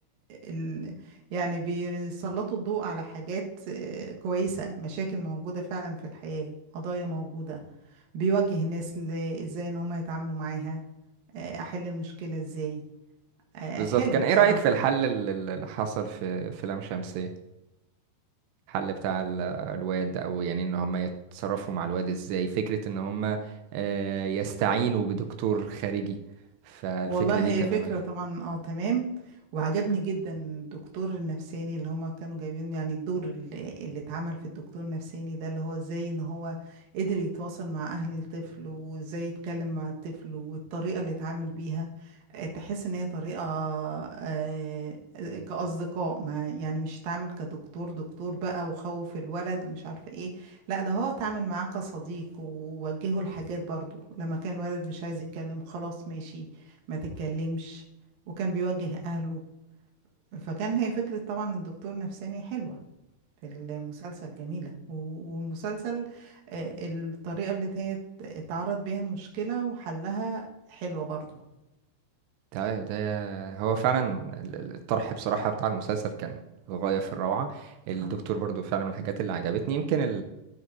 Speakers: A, on the right; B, on the right.
A: ال... يعني بيسلطوا الضوء على حاجات آه، كويسة مشاكل موجودة فعلا في الحياة قضايا موجودة بيوجه الناس ل... ازاي ان هم يتعاملوا معاها آه، احل المشكلة ازاي آه،
B: بالظبط
A: حلو
B: كان
A: بصراحة
B: إيه رأيك في الحل الل- اللي حصل في في لام شمسية الحل بتاع ال- الواد أو يعني إن هم يتصرفوا مع الواد إزاي فكرة إن هم آه، يستعينوا بدكتور خارجي فالفكرة
A: والله
B: دي
A: هي
B: تماما
A: فكرة طبعا اه تمام وعجبني جدا الدكتور النفساني اللي هما كانوا جايبين يعني الدور اللي, اللي اتعمل في الدكتور النفساني ده اللي هو ازاي ان هو قدر يتواصل مع اهل الطفل وازاي يتكلم مع الطفل والطريقة اللي اتعامل بيها آه، تحس ان هي طريقة آه، كأصدقاء ما يعني مش اتعامل كدكتور دكتور بقى وخوف الولد ومش عارفة ايه لا ده هو اتعامل معاه كصديق ووجهه الحاجات برضو لما كان الولد مش عايز يتكلم خلاص ماشي ما تتكلمش وكان بيوجه أهله فكان هي فكرة طبعا الدكتور نفساني حلوة في المسلسل جميلة و- والمسلسل آه، الطريقة اللي هي ات- اتعرض بيها المشكلة وحلها حلوة برضو
B: ده ده هو فعلا ال- ال- الطرح بصراحة بتاع المسلسل كان غاية في الروعة الدكتور
A: اه
B: برضو فعلا من الحاجات اللي عجبتني يمكن